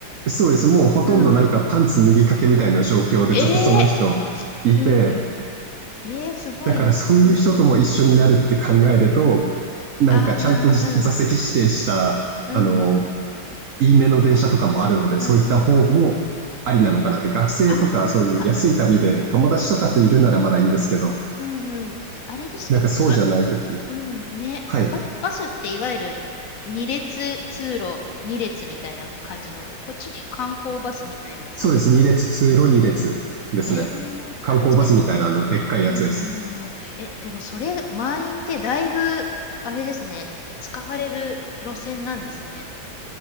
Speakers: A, on the right (about 80°); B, on the left (about 60°).
A: そうです。もうほとんどなんかパンツ脱ぎかけみたいな状況でずっとその人いて、
B: <laughs> うんうん。<laughs> ええーうんうん。えー、すごいな。
A: だからそういう人とも一緒になるって考えると、
B: うん、うん。
A: なんかちゃんとじ座席指定した、
B: ああ、うん、うん、
A: あの、
B: うん、
A: いいめの電車とかもあるので、
B: うん、
A: そういった方もありなのかなって、
B: うん。
A: 学生とかそういう安い旅で友達とかといるならまだいいんですけど、
B: ああ、うん、うん、うん、うん、うん。あれですか、
A: なんかそうじゃない時に。
B: ば、うん、ね。
A: はい。
B: バ、バスっていわゆる二列通路、二列みたいな感じの、こっちで観光バスみたいなやつですか。
A: そうです。2列、通路2列ですね。
B: えー、
A: 観光バスみたいなあの、
B: あ、じゃあ、
A: でっかいやつです。
B: うん、うん、うん。え、でもそれ、満員ってだいぶ、あれですね、使われる路線なんですね。